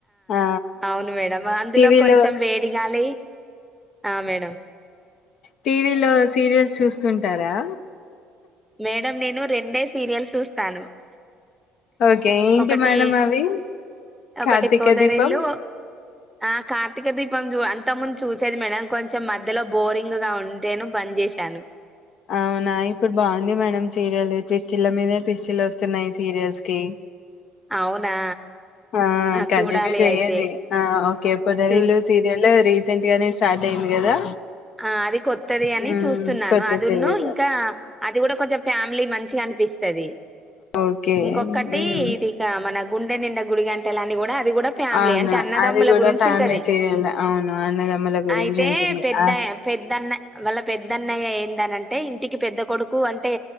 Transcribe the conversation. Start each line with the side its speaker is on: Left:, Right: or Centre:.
Left: ఆ
Centre: అవును మేడం అందులో
Left: టీవి
Centre: కొంచెం
Left: లో
Centre: వేడిగాలి ఆ మేడం
Left: టీవీ లో సీరియల్స్ చూస్తు ఉ ఉంటారా
Centre: మేడం నేను రెండే సీరియల్స్ చూస్తాను
Left: ఓకే ఏంటి
Centre: ఒకటి
Left: మేడం అవి
Centre: ఒకటి
Left: కార్తీక
Centre: పొదరిల్లు
Left: దీపం
Centre: ఆ కార్తీక దీప్ పొంజ్ అంతకు ముందు చూసేది మేడం కొంచెం మధ్యలో బోరింగ్ గా ఉంటేను బంద్ చేశాను
Left: అవునా ఇప్పుడు బాగుంది మేడం సీరియల్ ట్విస్టల్ల మీద ట్విస్టిల్ వస్తున్నాయి సీరియల్స్ కి
Centre: అవునా
Left: ఆ కంటిన్యూ
Centre: చూడాలి
Left: చెయండి
Centre: అయితే
Left: ఆ ఓకే పోదరిల్లు
Centre: చూ
Left: సీరియల్ రి రీసెంటుగానే స్టార్ట్ అయింది కదా
Centre: ఆ అది కొత్తది యని
Left: మ్మ్
Centre: చూస్తున్నాను
Left: కొత్త
Centre: అ జున్ను
Left: సీరియల్
Centre: ఇంకా అది కూడా కొంచెం ఫ్యామిలీ మంచిగనిపిస్తది
Left: ఓకే
Centre: ఇంకొకటి
Left: మ్మ్
Centre: ఇదిక మన గుండె నిండ గుడి గంటలని కూడా అది కూడా ఫ్యామిలీ
Left: అవును
Centre: అంటే అన్నదమ్ముల
Left: అది కూడా
Centre: గురించి
Left: ఫ్యామిలీ
Centre: ఉంటది
Left: సీరియల్ అవును అన్నదమ్ముల గురించి
Centre: అయితే
Left: ఉంటుంది
Centre: పెద్ద
Left: అ
Centre: పెద్దన్న వాళ్ళ పెద్దన్నయ్య ఏ వస్తానంటే ఇంటికి పెద్ద కొడుకు అంటే